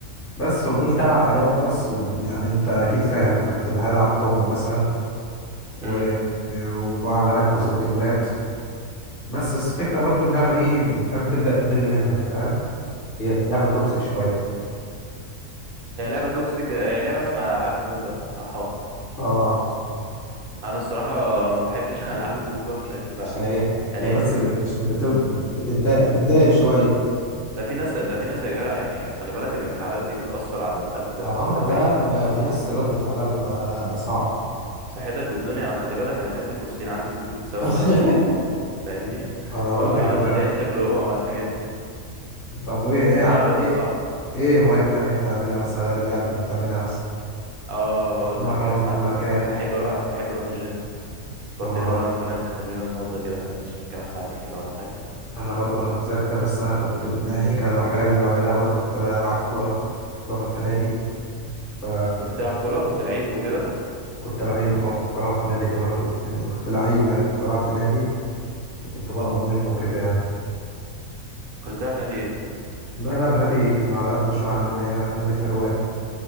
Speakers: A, on the left; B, on the right.
A: بس ففضلت العب عليها وبس يعني انت اكيد فاهم كنت بلعب توب مثلا و...
B: امم
A: وعلى رانك وصلت بلات بس بس الفكرة برضو إن اللعبة دي فاهم بتبدأ تمل منها فاهم هي لعبة توكسيك شوية
B: هي لعبه توكسيك هي لعبه اسمها العاب موبا صح ولا
A: اه
B: انا الصراحه ما بحبش <laughs> العاب الموبا مش هكدب عليك
A: عشان هي
B: يعني
A: هي بس ب... عشان بت... بتضايق بتضايق شوية
B: ده في ناس ده في ناس يا جدع يعني خلي بالك الانفعالات دي بتاثر على القلب
A: اه
B: على المدى
A: لا
B: البعيد
A: آه، في ناس رد فعلها بيبقى صعب
B: صحتك بالدنيا انا خلي بالك انا كاسر كرسيين عندي في البيت بسبب
A: <laughs>
B: فالورانت دي فاهمني
A: انا بقول
B: فانا
A: لك لا.
B: ليا <laughs> تجربه مع الحاجات دي
A: طب وايه ايه
B: فلا
A: عندك
B: الوضع
A: ايه
B: صعب
A: ايه هوايات تانية بتعملها مثلا غير اللعب كنت بتعملها مثلا
B: اه هقول
A: مرن
B: لك ساعات
A: في مكان
B: كنت بحب اروح بحب اروح الجيم فكرتني
A: اه
B: والله ممكن انزل تمرين النهارده كده كمان كمان ساعتين كده ولا حاجه
A: انا برضو انا كنت زيك كده بس انا كنت يعني كان الحاجة اللي بعملها برضو كنت بلعب كورة بلعب في نادي ف
B: كنت بتلعب كورة كنت لعيب وكده
A: كنت لعيب اه كنت بلعب في نادي كمان وكنت يعني كنت لعيب يعني كنت بلعب في نادي وكنت بقبض منه وكده يعني
B: كنت بتلعب في نادي ايه
A: لا لا نادي كان على قد شوية عندنا هنا في نادي في حلوان